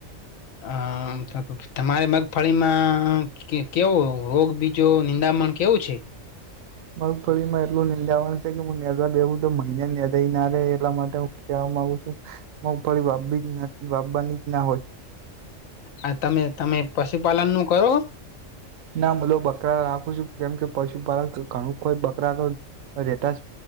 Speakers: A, on the left; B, on the right.
A: અ તમારે મગફળીમાં કે કેવો રોગ બીજો નિંદામણ કેવું છે
B: મગફળીમાં એટલું નિંદાવન છે કે હું નિદવા બેસું તો મહિને નિદાય ના રહેે એટલા માટે કેવા માગુ છું મગફળી વાવવી જ વાવવાની ના હોય
A: આ તમે તમે પશુપાલન નું કરો
B: ના બધો બકરા રાખું છું કેમ કે પશુપાલન ઘણું કોઈ બકરા તો રેટાશ